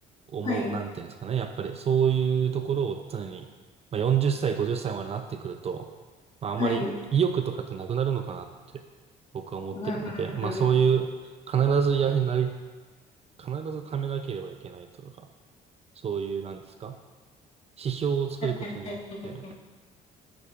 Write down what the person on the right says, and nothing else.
思う、
なんていうんですかね。やっぱりそういうところを常に、まあ、40歳、50歳までなってくると、まあ、あんまり意欲とかってなくなるのかなって僕は思ってるので、
まあそういう、必ずやはりなり、必ず貯めなければいけないとか、そういう、なんですか、指標を作ることによって、